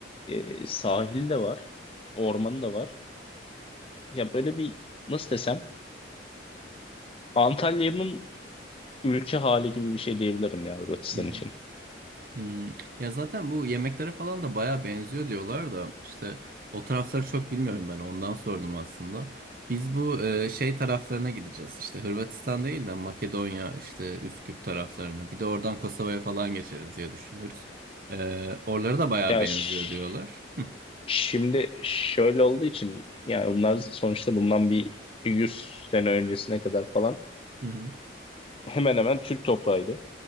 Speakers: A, on the left; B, on the right.
A: E, sahil de var, ormanı da var. Ya böyle bir nasıl desem Antalya'nın ülke hali gibi bir şey diyebilirim ya Hırvatistan
B: hı hı,
A: için.
B: hı. Ya zaten bu yemeklere falan da baya benziyor diyorlar da işte o tarafları çok bilmiyorum ben ondan sordum aslında. Biz bu e, şey taraflarına gideceğiz işte Hırvatistan değil de Makedonya işte Üsküp taraflarına bir de oradan Kosova'ya falan geçeriz diye düşünüyoruz. E, oralara da baya
A: Ya
B: benziyor
A: ş-
B: diyorlar. Hı
A: Şimdi şöyle olduğu için yani bunlar sonuçta bundan bir 100 sene öncesine kadar falan
B: hı, hı.
A: hemen hemen Türk toprağıydı.